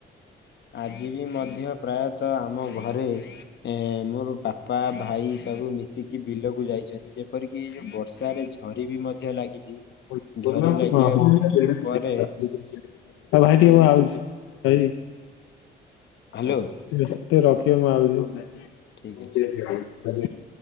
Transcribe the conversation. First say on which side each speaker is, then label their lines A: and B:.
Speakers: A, on the left (about 60°); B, on the left (about 85°).
A: ଆଜି ବି ମଧ୍ୟ ପ୍ରାୟତଃ ଆମ ଘରେ, ଏ ମୋର ବାପା ଭାଇ ସବୁ ମିଶିକି ବିଲକୁ ଯାଇଛନ୍ତି। ଯେ ପରିକି ଏ ଯୋଉ ବର୍ଷାରେ ଝରି ବି ମଧ୍ୟ ଲାଗିଛି।
B: <unintelligible>
A: ଝରି ଲାଗିବା
B: ହଁ ଭାଇ
A: ପରେ
B: ଟିକେ ମୁଁ ଆଉଛି ଭାଇ। ଟିକେ
A: ହ୍ୟାଲୋ
B: ଟିକେ ରଖିବ ମୁଁ
A: ଠିକ ଅଛି।
B: ଆଉଚି।